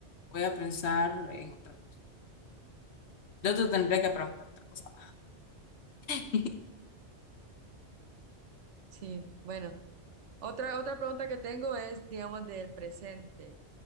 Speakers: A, on the left; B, on the right.
A: voy a pensar en otra cosa. Yo te tendría que preguntar otra cosa. <laughs>
B: Sí, bueno. Otra, otra pregunta que tengo es, digamos, del presente.